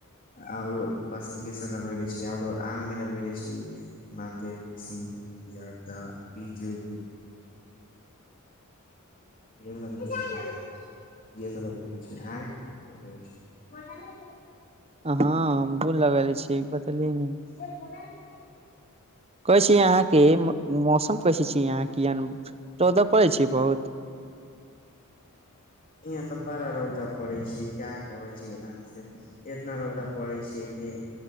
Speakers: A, on the left; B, on the right.
A: आओर बस इहे सब लगैले छियै आओरो आममे लगैले छियै मालदेव किशीनभोग यरदा बीजुके <unintelligible>
B: हँ हमहूँ लगैले छियै बतेलियै ने
A: से बोलल छै।
B: कहै छियै अहाँके मौसम कैसे छी अहाँके अन रौदा पड़ै छी बहुत <inaudible>
A: यहाँ तऽ बड़ा रौदा पड़े छै क्या कहे छै यहाँ से एतना रौदा पड़ै छियै की